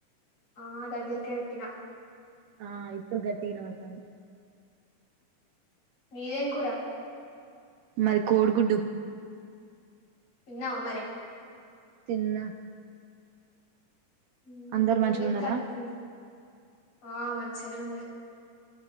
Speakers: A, on the left; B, on the right.
A: ఆ దగ్గరకే ఎట్టినా
B: ఆ ఇప్పుడు గట్టిగినపడుతాంది
A: మీదేం కూర
B: మది కోడిగుడ్డు
A: తిన్నావా మరి
B: తిన్నా
A: ఉమ్,
B: అందరూ మంచిగున్నారా
A: ఏం చెత్తాళ్ళు మీ ఆ మంచినే ఉన్నారు